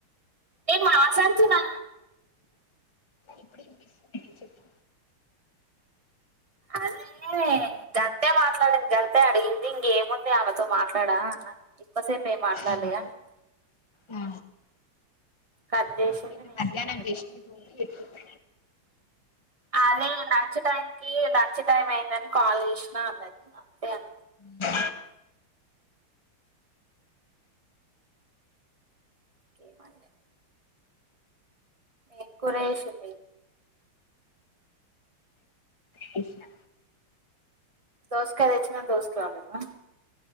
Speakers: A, on the right; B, on the left.
A: ఏ మాట్లాడుతున్నా
B: ఇప్పుడు చెప్పు
A: అదే గంతే మాట్లాడింది గంతే అడిగింది ఇంగేముంది ఆమెతో మాట్లాడా అన్న ఎక్కువసేపు ఏం మాట్లాలే
B: ఆ,
A: అంటున్న
B: ఆ
A: కట్ చేసింది
B: నాకు నిన్న
A: నేను
B: మధ్యాహ్నం
A: గిట్లా కట్
B: జేసింది
A: చేసిన
B: ఫోను ఎత్తుక
A: అదే లంచ్ టైం కి లంచ్ టైమ్ అయిందని కాల్ చేసినా అన్నది అంతే అ
B: ఉ
A: ఇంకేం మాన్లే ఏం కూర చేసింది
B: తీసిన
A: దోస్కాయ తెచ్చినం దోస్కాయ వండినవ